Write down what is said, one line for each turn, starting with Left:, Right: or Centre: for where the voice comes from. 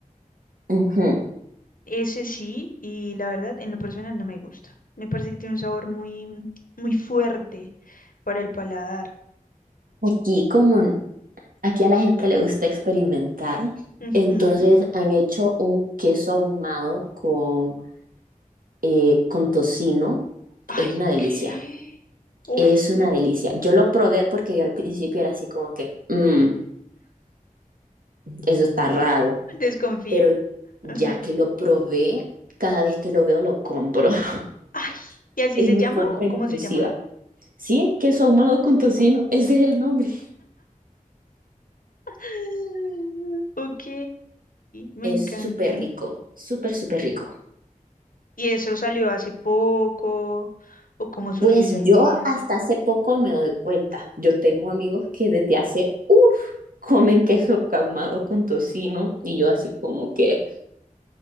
Right: Ujú.
Left: Ese sí, y la verdad, en lo personal no me gusta. Me parece que tiene un sabor muy, muy fuerte para el paladar.
Right: Aquí, como n- aquí a la gente le gusta experimentar,
Left: Ujú.
Right: entonces han hecho un queso ahumado con, eh, con tocino, que
Left: Ay,
Right: es una delicia.
Left: ¿qué? Uf,
Right: Es una delicia. Yo lo probé porque yo al principio era así como que, "Mm, eso está raro,
Left: desconfío.
Right: pero ya
Left: Ajá.
Right: que lo probé, cada vez que lo veo lo compro. <laughs>
Left: Ay, ¿y así
Right: Es
Left: se
Right: mi
Left: llama
Right: compra
Left: o cómo
Right: impulsiva.
Left: se llama?
Right: Sí, queso ahumado con tocino, ese es el nombre.
Left: <laughs> Ok, me
Right: Es
Left: encanta.
Right: súper rico, súper, súper rico.
Left: ¿Y eso salió hace poco? ¿O cómo surgió
Right: Pues
Left: esa idea?
Right: yo hasta hace poco me doy cuenta. Yo tengo amigos que desde hace, uff, comen queso caumado con tocino y yo así como que,